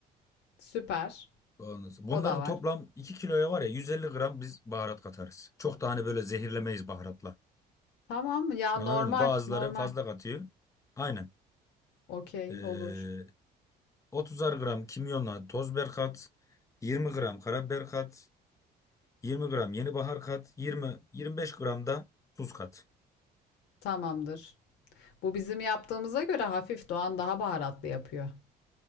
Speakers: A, on the left; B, on the left.
A: Süper.
B: Ondan sonra-
A: O
B: Bunların
A: da var.
B: toplam 2 kiloya var ya 150 gram biz baharat katarız. Çok da hani böyle zehirlemeyiz baharatla.
A: Tamam ya
B: Anladın
A: normal
B: mı? Bazıları
A: normal.
B: fazla katıyor. Aynen.
A: Okey
B: Ee,
A: olur.
B: 30'ar gram kimyonla toz biber kat. 20 gram karabiber kat. 20 gram yeni bahar kat. 20 25 gram da tuz kat.
A: Tamamdır. Bu bizim yaptığımıza göre hafif Doğan daha baharatlı yapıyor.